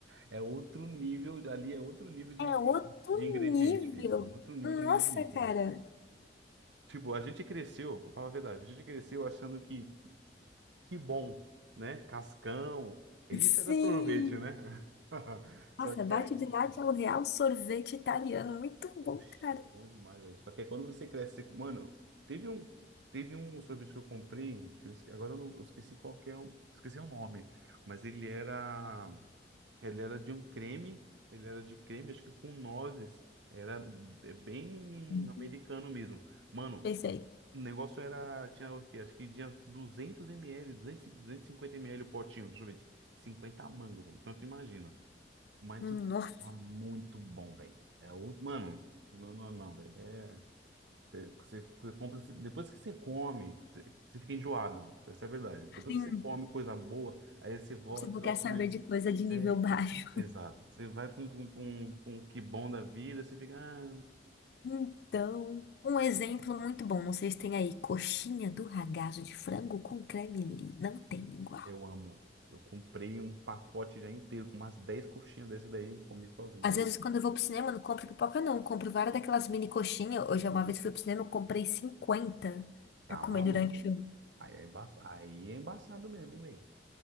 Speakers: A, on the right; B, on the left.
A: É outro nível, ali é outro nível de,
B: É
A: de,
B: outro
A: de ingrediente,
B: nível.
A: filho. É Outro nível
B: Nossa,
A: de ingrediente.
B: cara.
A: né? Tipo, a gente cresceu, vou falar a verdade, a gente cresceu achando que Que bom, né? Cascão. Isso
B: Sim.
A: era sorvete, né? <laughs>
B: Nossa,
A: Só que
B: Batigliatti
A: aí,
B: é o real sorvete italiano. Muito
A: oxe,
B: bom, cara.
A: é bom demais aí. Só que aí quando você cresce, você- mano, teve um, teve um sorvete que eu comprei, que eu esque- agora eu, não- eu esqueci qual que é, o- esqueci o nome, mas ele era, ele era de um creme, ele era de creme, acho que com nozes. Era é, bem
B: Uhum.
A: americano mesmo. Mano,
B: Pensei,
A: O negócio era, tinha o quê? Acho que tinha 200 ml, duzentos e- 250 ml o potinho, deixa eu ver, 50 mango, velho. Então tu imagina. Mas,
B: hum,
A: tipo,
B: nossa,
A: era muito bom, velho. É outro, mano, não, não, não, velho. É, você, você- você compra, esse- depois que você come, você, você fica enjoado. Essa é a verdade. Depois
B: sim,
A: que você come coisa boa, aí você volta,
B: se você
A: você vai
B: quer
A: comer.
B: saber de coisa de nível
A: É,
B: baixo.
A: exato. Você vai pra um, pra um, pra um pra um que bom da vida, você fica. Ah,
B: Então, um exemplo muito bom, não sei se tem aí, coxinha do ragazzo de frango com creme li. Não tem igual.
A: Eu amo. Eu comprei um pacote já inteiro, com umas 10 coxinhas desse daí e comi sozinho,
B: Às
A: velho.
B: vezes, quando eu vou pro cinema, eu não compro pipoca, não. Eu compro várias daquelas mini coxinhas. Hoje, uma vez fui pro cinema, eu comprei 50
A: Tá
B: pra comer
A: maluco.
B: durante o filme.
A: Aí é embaçado, aí é embaçado mesmo, hein, velho?